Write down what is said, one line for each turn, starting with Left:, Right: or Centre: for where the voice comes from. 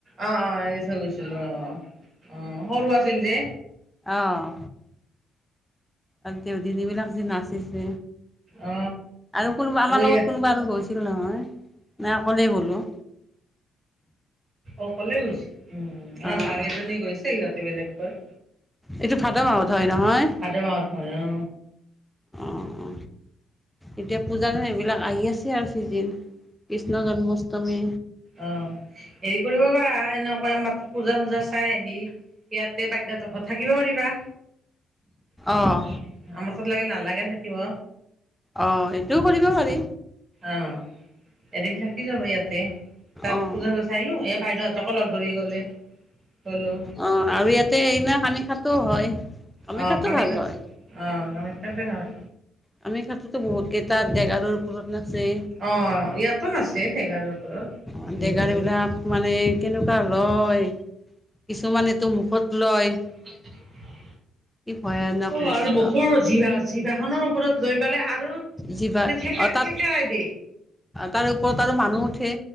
Right: অঁ অঁ দি থৈ গৈছিলো অ'। অ' সৰু আছিল যে।
Centre: অ আৰু দেউদিদি বিলাক যে নাচিছি।
Right: অ
Centre: আৰু কোনোবা, আমাৰ
Right: ৰৈ
Centre: লগত কোনোবা আৰু গৈছিল নহয়। নাই অকলেই গ'লো।
Right: অকলে গৈছ। উ, উ,
Centre: অঁ
Right: অ' যাৰ কেইজনী গৈছে সিহঁতে বেলেগকৈ।
Centre: এইটো ভাদ মাহত হয় নহয়?
Right: ভাদ মাহত হয় অ
Centre: অ অ এতিয়া পূজাৰ সেইবিলাক আহি আছে আৰ চিজিন। কৃষ্ণ জন্মাষ্টমী
Right: অঁ হেৰি কৰিব পাৰা, এনেকুৱা আমাৰ তাত পূজা চূজা চাই আহি ইয়াতে বাইদেউহঁতৰ ঘৰত থাকিব পাৰিবা। আমাৰ
Centre: অঁ
Right: তাত লাগে নালাগে থাকিব।
Centre: অ' সেইটোও কৰিব পাৰি।
Right: অঁ। এদিন থাকি যাব ইয়াতে। তাত
Centre: অঁ
Right: পূজাটো চাইলো, এয়া বাইদেউহঁতকো লগ ধৰি গ'লে। হেল্লো
Centre: অঁ আৰু ইয়াতে সেইদিনা কামাখ্যাটো হয়। কামাখ্যাতো
Right: অ কামাখ্যাত,
Centre: ভাল হয়
Right: অঁ কামাখ্যাতে হয়।
Centre: কামাখ্যাতেটো বহুতকেইটা দেগাৰৰ ওপৰত নাচে।
Right: অ', ইয়াতো নাছে ঢেকাৰ ওপৰত
Centre: অ
Right: নিজে
Centre: ডেগাৰবিলাক মানে কেনেকুৱা লয়। কিছুমানেটো মুখত লয়।
Right: <inaudible>
Centre: কি ভয়ানক
Right: অ'
Centre: দৃশ্য
Right: আৰু মুখৰ জিভা, জিভাখনৰ ওপৰত লৈ পেলাই আৰু মানে
Centre: যিবা
Right: থেকেৰা,
Centre: অ তাত
Right: থেকেৰাই দিয়ে।
Centre: তাৰে ওপৰত আৰু মানুহ উঠে।